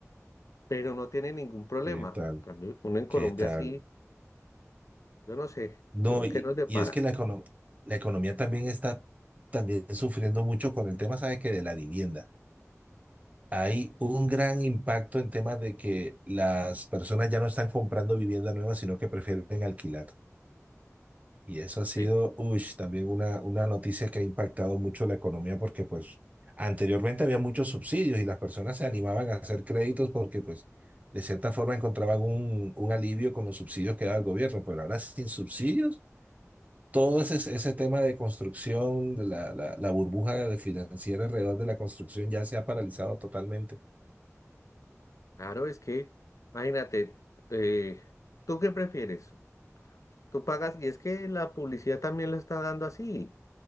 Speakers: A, on the left; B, on the right.
A: pero no tiene ningún problema.
B: ¿Qué tal?
A: En cambio, Uno en Colombia
B: ¿Qué tal?
A: sí. Yo no sé,
B: No,
A: eh,
B: y,
A: ¿qué nos depara?
B: y es que la, econo- la economía también está también sufriendo mucho con el tema, ¿sabes qué? De la vivienda. Hay un gran impacto en temas de que las personas ya no están comprando vivienda nueva, sino que prefieren alquilar. Y eso ha sido,
A: Sí,
B: ush, también una, una noticia que ha impactado mucho la economía porque pues anteriormente había muchos subsidios y las personas se animaban a hacer créditos porque pues de cierta forma encontraban un, un alivio con los subsidios que daba el gobierno, pero ahora sin subsidios, todo ese, ese tema de construcción, de la, la, la burbuja de financiera alrededor de la construcción ya se ha paralizado totalmente.
A: claro, es que, imagínate, eh, ¿tú qué prefieres? Tú pagas, y es que la publicidad también lo está dando así.